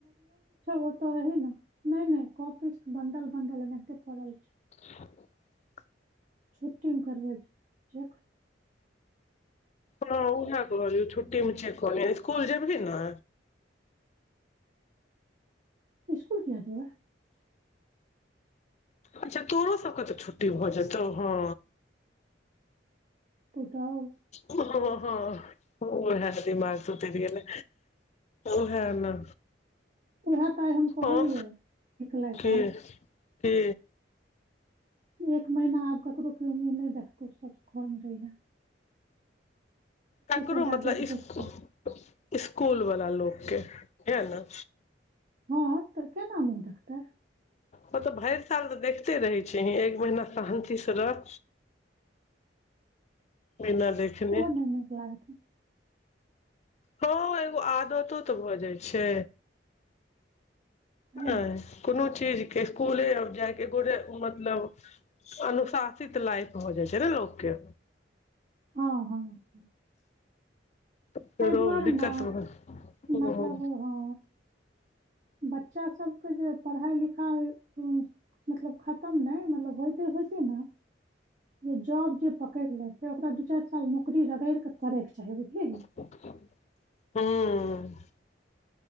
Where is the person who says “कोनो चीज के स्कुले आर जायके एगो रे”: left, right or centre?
Left